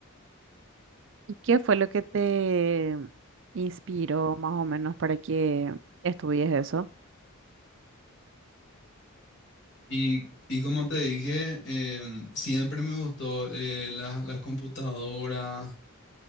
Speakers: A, on the right; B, on the left.
A: ¿y qué fue lo que te inspiró más o menos para que estudies eso?
B: Y, y como te dije, em, siempre me gustó eh, la- las computadoras